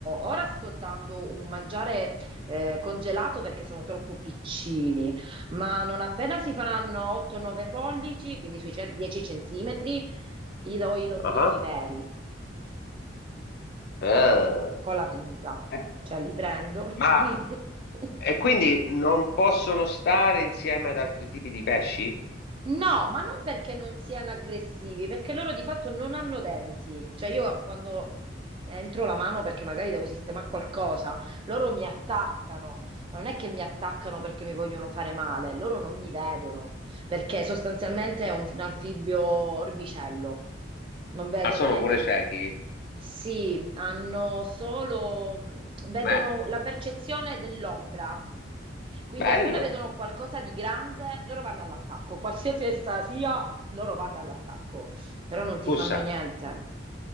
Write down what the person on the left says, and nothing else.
Ah, ah.
Eh,
eh,
ma
e quindi non possono stare insieme ad altri tipi di pesci?
Ah, sono
pure ciechi.
Beh,
bello.
Scusa.